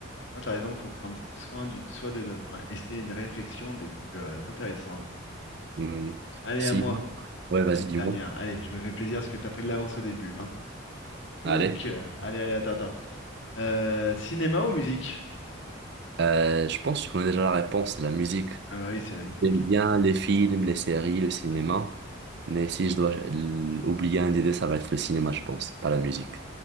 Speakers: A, on the left (about 60°); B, on the right (about 55°).
A: Ah, t'as raison, faut prendre soin du soi de demain. Et c'est une réflexion des plus euh, intéressantes, j'ai envie de te dire.
B: Hmm.
A: Allez,
B: Si,
A: à moi,
B: ouais,
A: petite
B: vas-y, dis-moi.
A: dernière. Allez, je me fais plaisir parce que t'as pris de l'avance au début. hein.
B: Allez.
A: Donc, euh, allez, allez, attends, attends. Euh, cinéma ou musique?
B: Euh, je pense qu'on a déjà la réponse, c'est la musique.
A: Ah bah oui, c'est la musique.
B: J'aime bien les films, les séries, le cinéma, mais si je dois euh, oublier un des deux, ça va être le cinéma, je pense, pas la musique.